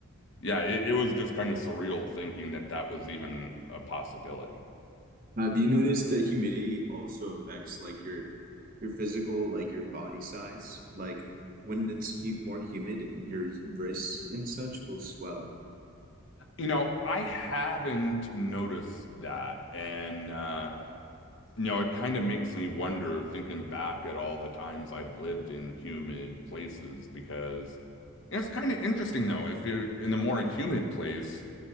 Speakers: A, on the left; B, on the right.
A: yeah, it, it was just kind of surreal thinking that that was even a possibility.
B: Have you noticed that humidity also affects like your your physical, like your body size? Like when it's hu more humid, your wrists and such will swell.
A: You know, I haven't noticed that and uh you know, it kind of makes me wonder, thinking back at all the times I've lived in humid places, because you know, it's kind of interesting though. If you're in a more humid place,